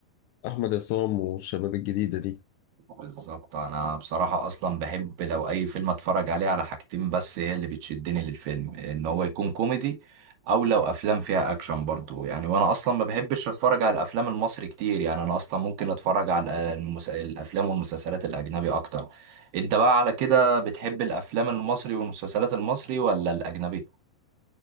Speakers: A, on the left (about 80°); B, on the right (about 75°).
A: احمد عصام والشباب الجديده دي
B: بالظبط انا بصراحة اصلا بحب لو اي فيلم اتفرج عليه على حاجتين بس هي اللي بتشدني للفيلم ان هو يكون كوميدي او لو افلام فيها اكشن برضو يعني وانا اصلا ما بحبش اتفرج على الافلام المصري كتير يعني انا اصلا ممكن اتفرج على المس... الافلام والمسلسلات الاجنبي اكتر انت بقى على كده بتحب الافلام المصري والمسلسلات المصري ولا الاجنبي